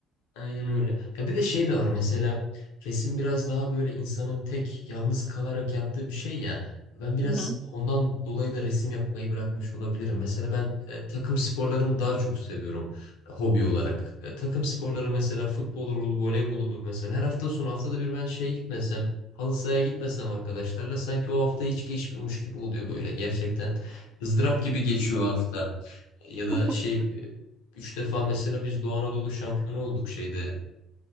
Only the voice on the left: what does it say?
Aynen öyle. Ya bir de şey de var mesela resim biraz daha böyle insanın tek yalnız kalarak yaptığı bir şey ya. Ben biraz
ondan dolayı da resim yapmayı bırakmış olabilirim. Mesela ben e, takım sporlarını daha çok seviyorum e, hobi olarak. E, takım sporları mesela futbol olur, voleybol olur mesela. Her hafta sonu haftada bir ben şeye gitmesem, halı sahaya gitmesem arkadaşlarla sanki o hafta hiç geçmiyormuş gibi oluyor böyle. Gerçekten ızdırap gibi geçiyor o hafta. Ya da
şey e, Üç defa mesela biz Doğu Anadolu şampiyonu olduk şeyde